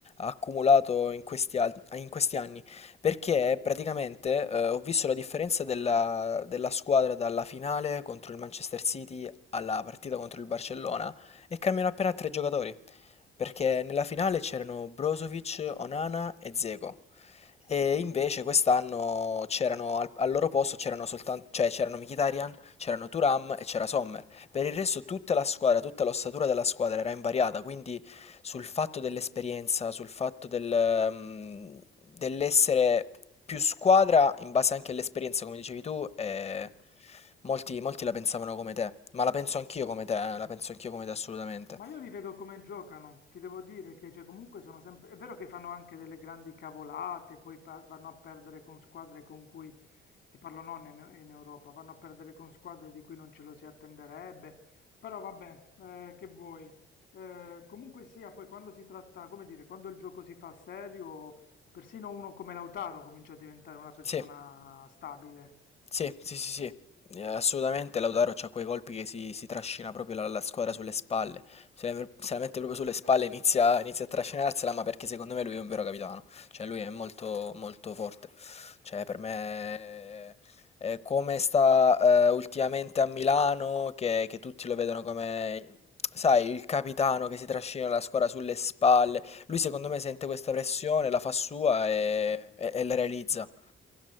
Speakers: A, on the left; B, on the left.
A: accumulato in questi, al- in questi anni. Perché
B: certo,
A: praticamente eh, ho visto la differenza della, della squadra dalla finale contro il Manchester City alla partita
B: Mhm,
A: contro il Barcellona e cambiano
B: sì,
A: appena tre giocatori. Perché nella finale c'erano Brozovic, Onana e Dzeko. E invece quest'anno c'erano al, al loro posto c'erano soltanto, cioè c'erano Mkhitaryan, c'erano Thuram e c'era Sommer. Per il resto tutta la squadra, tutta l'ossatura della squadra era invariata, quindi sul fatto dell'esperienza, sul fatto del, mm, dell'essere più squadra in base anche all'esperienza, come dicevi tu, eh,
B: certo.
A: molti, molti la pensavano come te, ma la penso anch'io come te, eh, la penso anch'io come te assolutamente.
B: Ma io li vedo come giocano, ti devo dire che cioè, comunque sono sempre... È vero che fanno anche delle grandi cavolate, poi pa- vanno a perdere con squadre con cui, ti parlo non in, in Europa, vanno a perdere con squadre di cui non ce lo si attenderebbe, però vabbè, eh, che vuoi. Eh, comunque sia, poi quando si tratta, come dire, quando il gioco si fa serio, persino uno come Lautaro comincia a diventare una persona
A: Sì.
B: stabile.
A: Sì, sì, sì, sì, eh, assolutamente Lautaro c'ha quei colpi che si, si trascina proprio la, la squadra sulle spalle, se la, se la mette proprio sulle spalle inizia, inizia a trascinarsela, ma perché secondo me lui è un vero capitano, cioè lui è molto, molto forte, cioè per me eh, come sta eh, ultimamente a Milano, che, che tutti lo vedono come, sai, il capitano che si trascina la squadra sulle spalle, lui secondo me sente questa pressione, la fa sua e e- e la realizza.